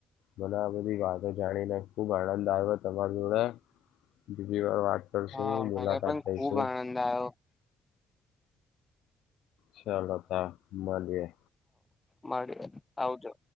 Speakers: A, on the left (about 80°); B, on the left (about 15°).
A: મને આ બધી વાતો જાણીને ખુબ આનંદ આવયો તમારી જોડે બીજી વાર વાત કરશું
B: હા
A: મુલાકાત
B: મને પણ
A: થઈશું
B: ખુબ આનંદ આવ્યો
A: ચાલો તા મળીયે
B: મળીયે આવજો